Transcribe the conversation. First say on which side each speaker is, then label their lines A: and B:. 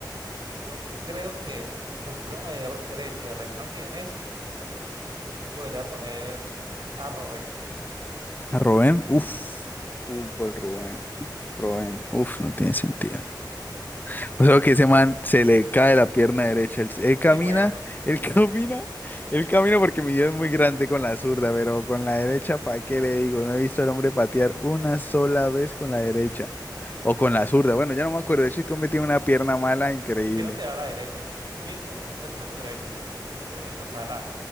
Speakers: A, on the right (about 65°); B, on the left (about 25°).
A: yo creo que de extremo de- derecho de recambio de Messi podría poner a Robben.
B: A Rubén, uff, fútbol, Rubén, Rubén, uff, no tiene sentido. O sea, que ese man se le cae la pierna derecha. Él, él camina,
A: Y bueno,
B: él <laughs> camina, él camina porque mi Dios es muy grande con la zurda, pero con la derecha, ¿para qué le digo? No he visto al hombre patear una sola vez con la derecha. O con la zurda. Bueno, ya no me acuerdo. El chico me tiene una pierna mala increíble.
A: creo que da la derecha. Eh, Es bien común que los sistemas de derechos, como que sean así, por ejemplo, Sala,